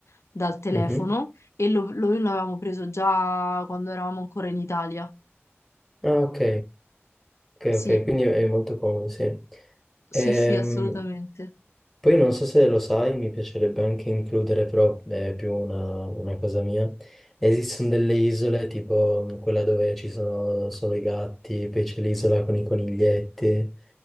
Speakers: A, on the left; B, in the centre.
A: dal telefono
B: Mhm.
A: e lo, lo, noi l'avevamo preso già quando eravamo ancora in Italia.
B: Ah, ok. Ok,
A: Sì,
B: ok, quindi è molto comodo, sì.
A: sì,
B: Ehm,
A: sì, assolutamente.
B: poi non so se lo sai, mi piacerebbe anche includere, però è più una, una cosa mia. Esistono delle isole, tipo mh, quella dove ci sono solo i gatti, poi c'è l'isola con i coniglietti, e